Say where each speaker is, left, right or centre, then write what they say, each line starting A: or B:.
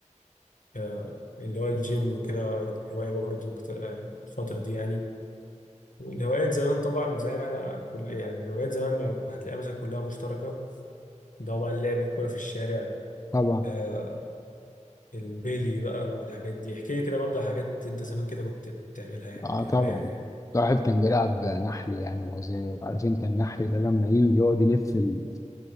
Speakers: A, on the left; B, on the left.
A: آه، اللي هو الجيم وكده هوايه برضه كت- آه، الفتره دي يعني الهوايات زمان طبعا زي ما احنا كل يعني هوايات زمان ما هتلاقيها مثلا كلها مشتركه ده هو بقى اللعب الكورة في الشارع
B: طبعا
A: آه البيلي بقى والحاجات دي احكي لي كده برضه على حاجات انت زمان كده كنت بتعملها يعني
B: اه
A: كهواية
B: طبعا
A: يعني
B: الواحد كان بيلعب نحل يعني وهو صغير عارفين كان النحل ده لما يجي يقعد يلف ال...